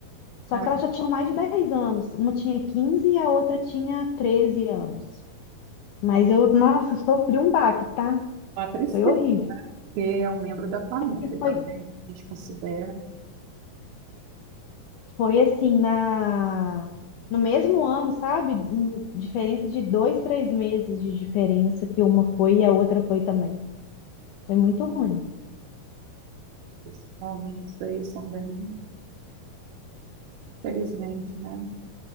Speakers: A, on the left; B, on the right.
A: Só
B: Ah,
A: que elas já tinham mais de 10 anos. Uma tinha 15 e a outra tinha 13 anos. Mas
B: então,
A: eu, nossa, sofri um baque, tá?
B: Uma tristeza,
A: Foi horrível.
B: porque é um membro da família
A: E Foi,
B: também, né? A gente considera.
A: foi assim, na, no mesmo ano, sabe? Hum, Diferença de dois, três meses de diferença que uma foi e a outra foi também. Foi muito ruim.
B: Os momentos aí são bem Felizmente, né?